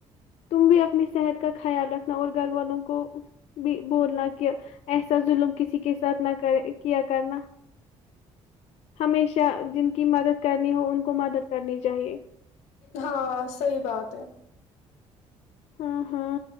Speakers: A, on the left; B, on the left.
A: تم بھی اپنی صحت کا خیال رکھ رنا اور گھر والوں کو بھی بولنا کہ ایسا ظلم کسی کے ساتھ نہ کرے کیا کرنا ہمیشہ جن کی مدد کرنی ہو ان کو مدد کرنی چاہیے
B: ہاں صحی بات ہے
A: ہاں ہاں